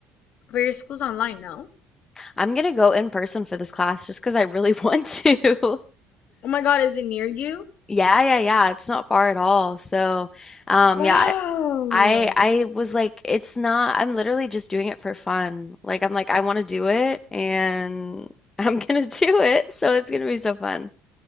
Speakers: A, on the left; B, on the left.
A: But your school's online, no?
B: I'm gonna go in person for this class just because I really <laughs> want to.
A: Oh my God, is it near you?
B: Yeah, yeah, yeah. It's not far at all. So, um,
A: Wow.
B: yeah, I, I I was like, it's not, I'm literally just doing it for fun. Like, I'm like, I want to do it and <laughs> I'm gonna do it. So it's gonna be so fun.